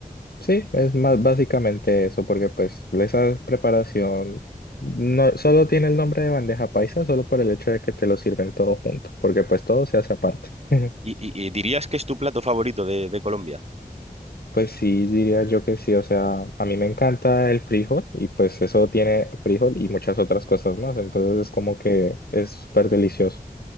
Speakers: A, on the left; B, on the right.
A: sí, es más básicamente eso, porque pues esa preparación no solo tiene el nombre de bandeja paisa, solo por el hecho de que te lo sirven todo junto, porque pues todo se hace aparte. <laughs>
B: Y, y- y dirías que es tu plato favorito de, de Colombia.
A: Pues sí, diría yo que sí, o sea, a mí me encanta el frijol y pues eso tiene frijol y muchas otras cosas más, entonces
B: Mm.
A: es como que es súper delicioso.